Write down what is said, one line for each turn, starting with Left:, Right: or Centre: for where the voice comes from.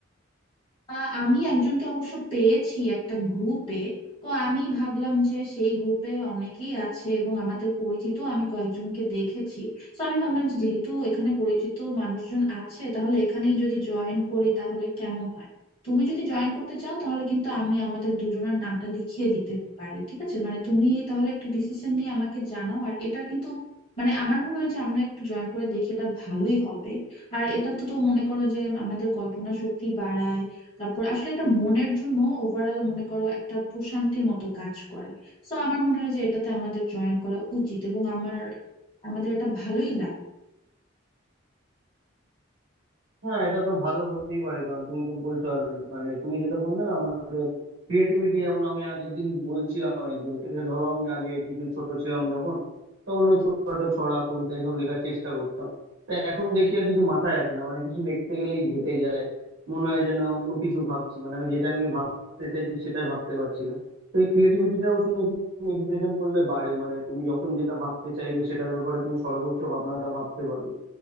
Left: আহ, আমি একজনকে অবশ্য পেয়েছি একটা গ্রুপে তো আমি ভাবলাম যে সেই গ্রুপে অনেকেই আছে এবং আমাদের পরিচিত আমি কয়েকজনকে দেখেছি তো আমি ভাবলাম যে যেহেতু এখানে পরিচিত মানুষজন আছে তাহলে এখানেই যদি জয়েন করি তাহলে কেমন হয় তুমি যদি জয়েন করতে চাও তাহলে কিন্তু আমি আমাদের দুজনের নামটা লিখিয়ে দিতে পারি ঠিক আছে মানে তুমি তাহলে একটা ডিসিশন নিয়ে আমাকে জানাও আর এটা কিন্তু মানে আমার মনে হয় যে আমরা একটু জয়েন করে দেখি এটা ভালোই হবে আর এটা তো তো মনে করো যে আমাদের কল্পনা শক্তি বাড়ায় তারপর আসলে এটা মনের জন্য ওভারঅল মনে করো একটা প্রশান্তির মতো কাজ করে সো আমার মনে হয় যে এটাতে আমাদের জয়েন করা উচিত এবং আমার আমাদের এটা ভালোই লাগে
Right: হ্যাঁ এটা তো ভালো হতেই পারে কারণ তুমি তো বলছো আর মানে তুমি যেটা বললে না আমাদের ক্রিয়েটিভিটি যেমন আমি আগের দিন বলছিলাম একজনকে যে ধরো আমি আগে কিছু ছোট ছিলাম যখন তখন ওই ছোটখাটো ছড়া কবিতা এসব লেখার চেষ্টা করতাম তো এখন দেখি আর কিছু মাথায় আসে না মানে কিছু লিখতে গেলেই ঘেঁটে যায় মনে হয় যে না অন্য কিছু ভাবছি মানে আমি যেটা নিয়ে ভাবতে চাইছি সেটাই ভাবতে পারছি না তো এই ক্রিয়েটিভিটিটাও শুনেছি মেডিটেশন করলে বাড়ে মানে তুমি যখন যেটা ভাবতে চাইবে সেটার ব্যাপারে তুমি সর্বোচ্চ ভাবনাটা ভাবতে পারবে